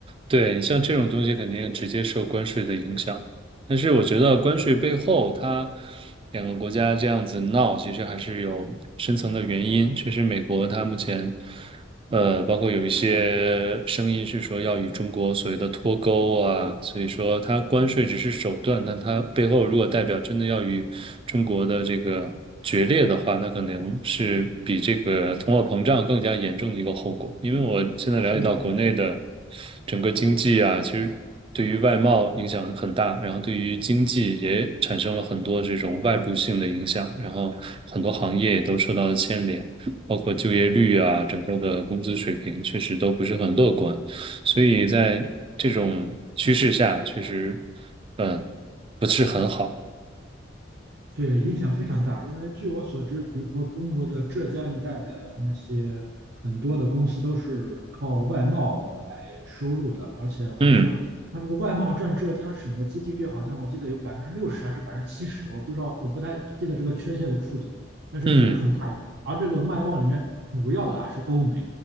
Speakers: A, on the right; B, on the right.
A: 对，你像这种东西肯定直接受关税的影响，但是我觉得关税背后，它两个国家这样子闹，其实还是有深层的原因。确实，美国它目前。呃，包括有一些声音是说要与中国所谓的脱钩啊，所以说它关税只是手段，但它背后如果代表真的要与中国的这个决裂的话，那可能是比这个通货膨胀更加严重的一个后果。因为我现在了解到国内的
B: 对，是的。
A: 整个经济啊，其实对于外贸影响很大，然后对于经济也产生了很多这种外部性的影响，然后很多行业也都受到了牵连。包括就业率啊，整个的工资水平确实都不是很乐观，所以在这种趋势下，确实，嗯，不是很好。
B: 对，影响非常大，因为据我所知，比如说中国的浙江一带的那些很多的公司都是靠外贸来收入的，而且好像它这个外贸占浙江省的
A: 嗯
B: GDP，好像我记得有百分之六十还是百分之七十，我不知道，我不太记得这个确切的数字，但是确实很大一部分。
A: 嗯
B: 而这个外贸里面主要的啊是欧美，